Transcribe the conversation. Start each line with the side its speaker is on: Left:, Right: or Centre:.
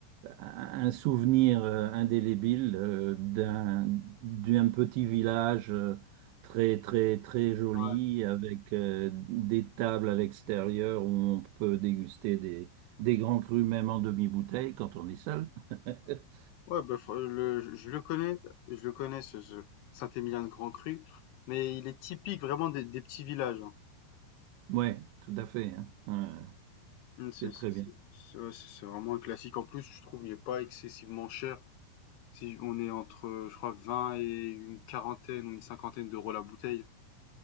Right: un souvenir euh, indélébile euh, d'un d'un petit village euh, très très très joli
Left: Ouais.
Right: avec euh, des tables à l'extérieur où on peut déguster des des grands crus même en demi-bouteille quand on est seul. <laughs>
Left: Ouais, bah, faut- le, je je le connais, je le connais ce, ce Saint-Émilion-de-Grand-Cru, mais il est typique vraiment des, des petits villages. hein.
Right: Ouais, tout à fait. hein. Ouais,
Left: Hum, C'est
Right: c'est
Left: c'est-
Right: très
Left: c'est-
Right: bien.
Left: c'est- ouais, c'est- c'est vraiment un classique. En plus, je trouve il est pas excessivement cher. Si on est entre, je crois, 20 et une quarantaine ou une cinquantaine d'euros la bouteille.